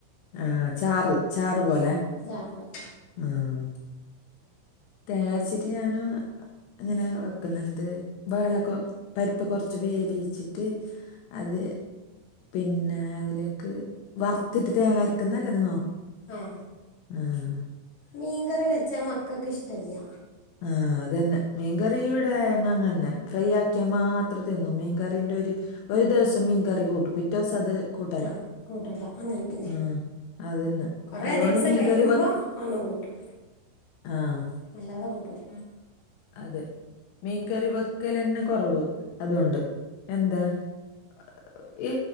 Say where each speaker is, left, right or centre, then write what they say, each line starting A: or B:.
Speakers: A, on the left; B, on the left.
A: ആഹ് ചാറ്, ചാറ് പോലെ.
B: ചാറ് പോലെ.
A: ആഹ് തേങ്ങരച്ചിട്ട് ഞാനും, അങ്ങനെ വെക്കുന്നുണ്ട്. വേളകൊ പരിപ്പ് കൊറച്ച് വേവിച്ചി ട്ട് അത്, പിന്നെ അതിലേക്ക് വർത്തിട്ട് തേങ്ങരക്കുന്ന് നല്ലത് ങ്ങോ.
B: ആഹ്.
A: ആഹ്.
B: മീൻകറി വെച്ചാ മക്കക്ക് ഇഷ്ടല്യ.
A: ആഹ് അതന്നെ. മീൻകറി ഇവിടെ അങ്ങനെന്നെ, ഫ്രൈ ആക്കിയാ മാത്രം തിന്നും, മീൻകറീന്റെ ഒര് ഒരു ദിവസം മീൻ കറി കൂട്ടും. പിറ്റേസം അത്, കൂട്ടല
B: ആ കൂട്ടല അങ്ങനെന്നെ.
A: ആ അതന്നെ
B: കൊറെേ
A: അതുകൊണ്ട്
B: ദിവസം
A: മീൻകറി
B: കയിയുമ്പോ അന്ന് കൂട്ടും.
A: ആഹ്.
B: അല്ലാതെ കൂട്ടുല.
A: അതെ മീൻകറി വെക്കൽന്നെ കുറവ് അതുകൊണ്ട്. എന്താ <unintelligible> ഈ